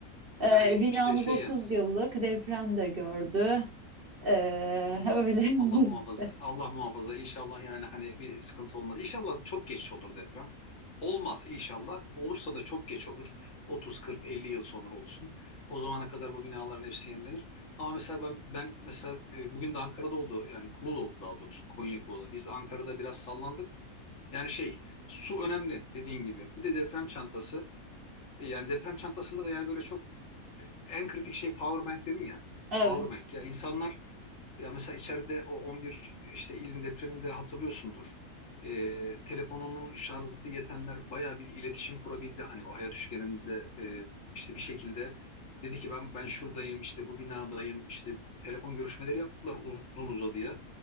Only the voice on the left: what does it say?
yani
işte şey
yani s-
Allah
Allah muhafaza.
Allah muhafaza. İnşallah yani hani bir sıkıntı olmaz. İnşallah çok geç olur deprem. Olmaz inşallah. Olursa da çok geç olur. 30, 40, 50 yıl sonra olsun. O zamana kadar bu binaların hepsi yenilenir. Ama mesela ben ben mesela e, bugün de Ankara'da oldu. Yani Kula'da oldu daha doğrusu. Konya Kula'da. Biz Ankara'da biraz sallandık. Yani şey su önemli dediğin gibi. Bir de deprem çantası. E, Yani deprem çantasında da yani böyle çok e, en kritik şey power bank dedin ya.
Power bank. Ya insanlar ya mesela içeride o 11 işte ilin depreminde hatırlıyorsundur. Ee, telefonunun şarjı yetenler bayağı bir iletişim kurabildi. Hani o hayat üçgeninde e, işte bir şekilde dedi ki ben ben şuradayım işte bu binadayım işte telefon görüşmeleri yaptılar uzun uzadıya.